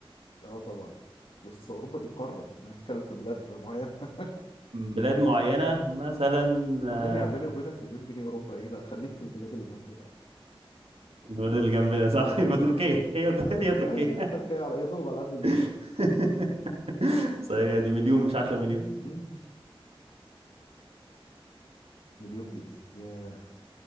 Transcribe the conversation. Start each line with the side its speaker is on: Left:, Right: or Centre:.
Left: اه طبعا بس اوروبا دي قاره انا بتكلم في بلاد معينه <laughs>
Right: بلاد معينة مثلا آه،
Left: بعدين يا بيني وبينك مليون جنيه اوروبا ايه لا خليك في البلاد اللي جنبنا
Right: البلد اللي جنبنا
Left: <laughs>
Right: صح
Left: اه
Right: <laughs> يبقى تركيا هي
Left: اه
Right: هي تركيا
Left: ايوه هي تركيا على يا دوب على قد المليون
Right: <laughs> صحيح دي مليون مش 10 مليون
Left: مم، مم. مليون جنيه يا